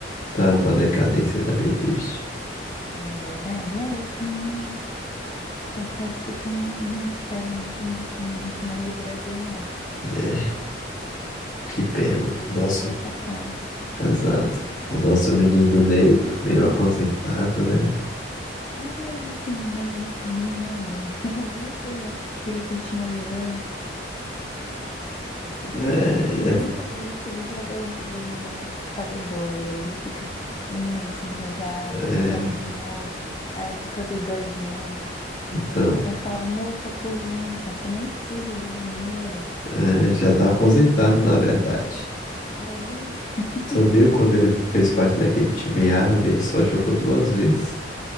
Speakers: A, on the left; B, on the left.
A: tá uma decadência, tá meio triste.
B: É verdade. Ah, eu também não. Confesso que também não, não espero muito, muito, muito mais do Brasil, não.
A: né? que pena.
B: Perdemos
A: O nosso,
B: essa fase.
A: exato. O nosso menino Ney tá meio aposentado, né?
B: É, mas esse Neymar aí também, né? <laughs> Eu nem sei mais por que que ele continua jogando.
A: É,
B: Nunca vi isso. Ele joga uma vez, aí ele tá dodói, aí ele fica um mês sem jogar,
A: é,
B: aí ele joga
A: é,
B: de novo, aí fica dodói de novo.
A: então,
B: Vontade de falar, moço, aposenta, você nem precisa do dinheiro.
A: é, já tá aposentado, na verdade.
B: É. <laughs>
A: Tu viu quando ele fez parte daquele time árabe, ele só jogou duas vezes.